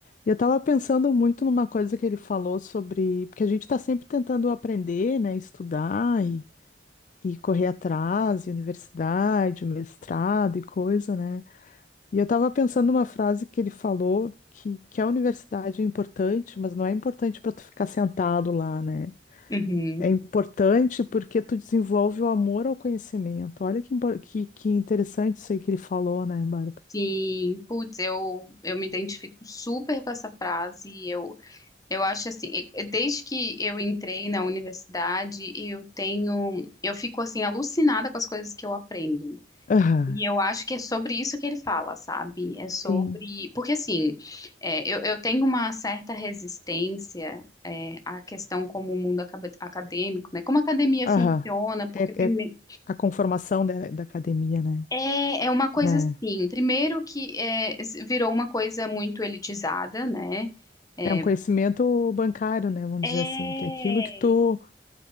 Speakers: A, on the left (about 45°); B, on the left (about 20°).
A: E eu tava pensando muito numa coisa que ele falou sobre. Porque a gente tá sempre tentando aprender, né? Estudar e, e correr atrás, e universidade, mestrado e coisa, né? E eu estava pensando numa frase que ele falou, que, que a universidade é importante, mas não é importante para tu ficar sentado lá, né?
B: Uhum.
A: É importante porque tu desenvolve o amor ao conhecimento. Olha que, impor- que, que interessante isso aí que ele falou, né, Bárbara?
B: Sim, putz, eu, eu me identifico super com essa frase. Eu Eu acho assim, e- e desde que eu entrei na universidade, eu tenho, eu fico assim alucinada com as coisas que eu aprendo.
A: Aham,
B: E eu acho que é sobre isso que ele fala, sabe? É sobre,
A: sim.
B: porque assim, é, eu, eu tenho uma certa resistência, é, à questão como o mundo acabe- acadêmico, né? Como a academia
A: Aham.
B: funciona, porque
A: É,
B: primeiro
A: é a conformação da, da academia, né?
B: é, é uma coisa
A: Né?
B: assim, primeiro que é, s- virou uma coisa muito elitizada, né? É,
A: É um conhecimento bancário, né? Vamos
B: é,
A: dizer assim, que é aquilo que tu